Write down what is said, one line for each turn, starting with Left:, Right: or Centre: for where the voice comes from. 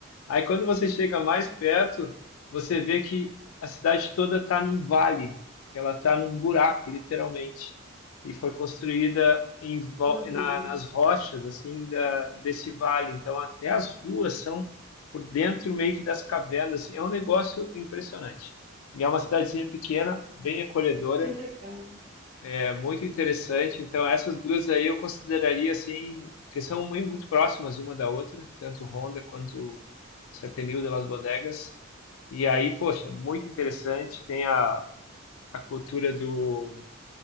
Left: Aí quando você chega mais perto, você vê que a cidade toda está num vale, ela está num buraco, literalmente. E foi construída em vol-
Right: Uhum,
Left: na- nas rochas assim da- desse vale. Então até as ruas são por dentro meio que das cavernas. É um negócio impressionante. E é uma cidadezinha pequena, bem acolhedora.
Right: Que legal.
Left: É muito interessante. Então, essas duas aí eu consideraria assim, porque são mui- muito próximas uma da outra, tanto Honda quanto Setenil de Las Bodegas. E aí, poxa, muito interessante. Tem a, a cultura do,